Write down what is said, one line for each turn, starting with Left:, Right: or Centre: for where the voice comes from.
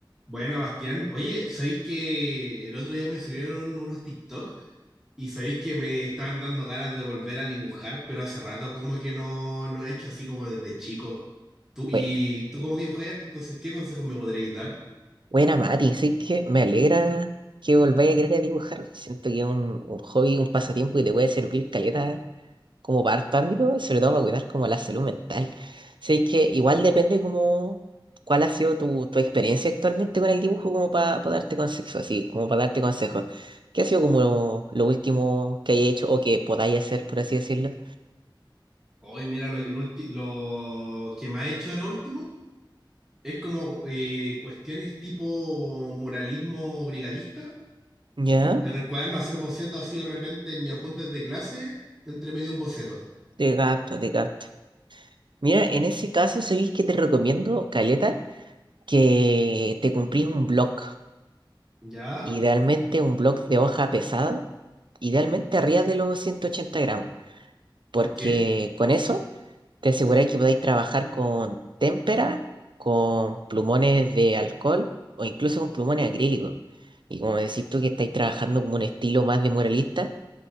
Centre: Buena, Bastián. Oye, ¿sabéis que el otro día me salieron unos TikTok y sabéis que me estaban dando ganas de volver a dibujar, pero hace rato como que no lo he hecho así como desde chico. Tú, y
Right: Bue-
Centre: tú como que dibujáis harto, entonces, ¿qué consejos me podríais dar?
Right: Buena, Mati, sí que me alegra que volváis a querer a dibujar. Siento que es un, un hobby, un pasatiempo que te puede servir caleta como para harto ámbito, y sobre todo para cuidar como la salud mental. Sí que igual depende como cuál ha sido tu, tu experiencia actualmente con el dibujo como para darte consejos, así como para darte consejos. ¿Qué ha sido como lo, último que hayáis hecho o que podáis hacer, por así decirlo?
Centre: Hoy, mira, lo, que- lo, ulti- lo que me ha hecho ahora último es como eh, cuestiones tipo muralismo brigadista,
Right: Ya,
Centre: en el cuaderno hacer bocetos así de repente en mis apuntes de clase, entre medio un boceto.
Right: de gato, de gato. Mira, en ese caso, ¿sabéis que te recomiendo, caleta? que te cumplís un blog,
Centre: ¿Ya?
Right: idealmente un blog de hoja pesada, idealmente arriba de los 180 gramos, porque
Centre: ¿Por qué?
Right: con eso te aseguráis que podéis trabajar con témpera, con plumones de alcohol o incluso con plumones acrílicos. Y como decís tú que estáis trabajando como un estilo más de muralista,